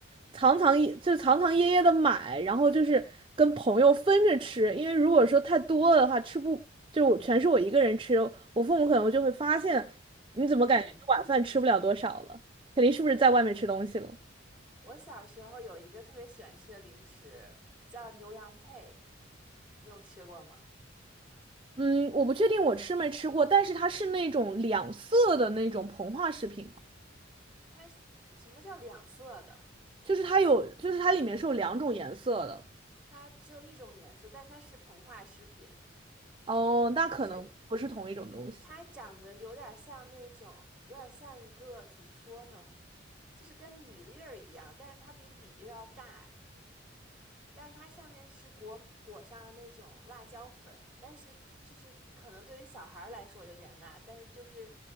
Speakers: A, on the right; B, in the centre.
A: 藏藏掖就藏藏掖掖的买，然后就是跟朋友分着吃，因为如果说太多了的话，吃不就我全是我一个人吃，我父母可能就会发现你怎么感觉你晚饭吃不了多少了，
B: 嗯，
A: 肯定是不是在外面吃东西了。
B: 我小时候有一个特别喜欢吃的零食，叫牛羊配，你有吃过吗？
A: 嗯，我不确定我吃没吃过，但是它是那种两色的那种膨化食品嘛
B: 它是什么叫两色的？
A: 就是它有，就是它里面是有两种颜色的。
B: 它只有一种颜色，但它是膨化食品，
A: 哦，那可能不是同一种东西。
B: 是它长得有点像那种，有点像一个，怎么说呢，就是跟米粒儿一样，但是它比米又要大，但是它上面是裹裹上了那种辣椒粉，但是就是可能对于小孩儿来说有点辣，但是就是